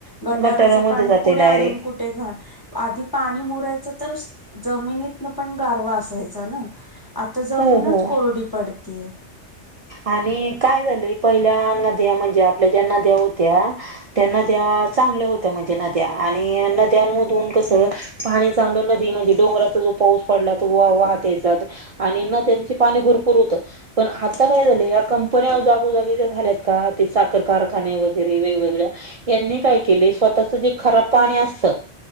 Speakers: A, on the left; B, on the right.
A: गटाराचं
B: गटारामध्ये
A: पाणी
B: जाते
A: पुढे
B: डायरेक्ट.
A: अजून कुठे घ. आधी पाणी मुरायचं तर जमिनीतन पण गारवा असायचा ना. आता जमीनच
B: हो हो.
A: कोरडी पडतीय.
B: आणि काय झाले पहिल्या नद्या म्हणजे आपल्या ज्या नद्या होत्या त्या नद्या चांगल्या होत्या म्हणजे नद्या. आणि नद्यांमधून कसं पाणी चांगलं नदी म्हणजे डोंगराचा जो पाऊस पडला तो वा वा. त्यां पाणी भरपूर होत पण आ. ता काय झा या कंपन्याजगोजागीच्या झाल्यात का ते साखर कारखाने वगैरे वेगवेगळ्या यात. त्यांनी काय केले स्वतःच जे खराब पाणी असत